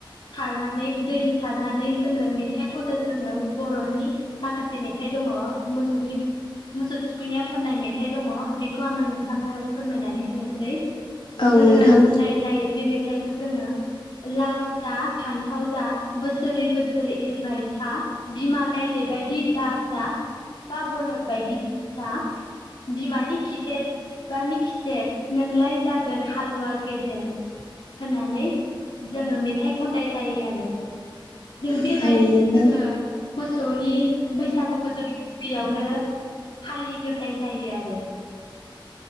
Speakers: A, on the left; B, on the left.
A: खारनानै दैजों सारनानै जोङो मेथाइ खनो जोङो बर'नि माखासे मेथाइ दङ मोसौनि मोसौ थुखैनाया खननाय मेथाइ दङ बेखौ आङो नोंथांनो फोरमायनानै होनोसै।
B: औ
A: जोङो
B: नोंथां
A: बुंनाय जायो बे मेथाइखौ जोङो लाव जा फान्थाव जा बोसोरै बोसोरै एरबाय था बिमा गायदे बायदि दा जा बिफा बलद बायदि जा‌ बिमानि खिथेर बिफानि खिथेर नोंलाय जागोन हालुवा गेदेर होननानै जोङो मेथाइ खननाय जायो आरो। जों बेबायदिनो
B: औ नोंथां
A: जोङो मोसौनि बैसागुखौ जोङो गिबियावनो फालिग्रोनाय जायो आरो।